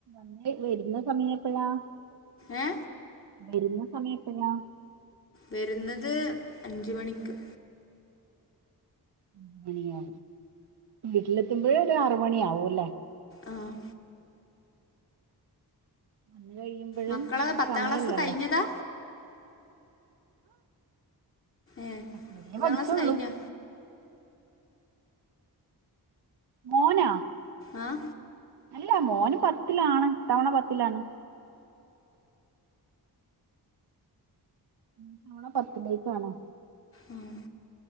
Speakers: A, on the right (about 90°); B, on the left (about 35°).
A: നന്നേ വരുന്ന സമയെപ്പളാ
B: ഏ
A: വരുന്ന സമയെപ്പഴാ
B: വരുന്നത് അഞ്ച് മണിക്ക്
A: അഞ്ച്മണിയാവും വീട്ടിലെത്തുമ്പഴ് ഒരാറ്മണിയാവുഅല്ലേ
B: ആഹ്
A: വന്ന് കഴിയുമ്പോഴും
B: മക്കള് പത്താം
A: സമയില്ലല്ലോ
B: ക്ലാസ് കഴിഞ്ഞതാ ഏ
A: അങ്ങനേ
B: പത്താം
A: പഠിച്ചൊള്ളു
B: ക്ലാസ് കഴിഞ്ഞാ
A: മോനാ
B: എഹ്
A: അല്ല മോന് പത്തിലാണ് ഇത്തവണ പത്തിലാണ് ഇത്തവണ പത്തിലേക്കാണാ
B: ഉംഹ്